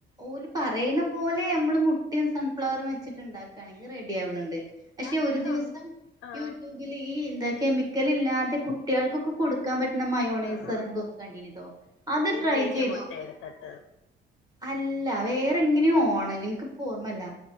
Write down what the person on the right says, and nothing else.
ഓര് പറയണ പോലെ നമ്മള് മുട്ടിയയും സൺഫ്ലവറും വെച്ചിട്ടുണ്ടാക്ക ണെങ്കിൽ റെഡി ആവണണ്ട് പക്ഷെ
ഒരു ദിവസം
യൂട്യൂബിൽ ഈ എന്ത കെമിക്കൽ ഇല്ലാതെ കുട്ടികൾക്കൊക്കെ കൊടുക്കാൻ പറ്റുന്ന മയോണൈസ്
എറങ്ങ തുന്നു കണ്ടോ അത്
ട്രൈ
ചെയ്ത്
നോക്ക
അല്ല വേറെങ്ങനെയ ഓണ് എനിക്കിപ്പോ ഓർമ്മല്ല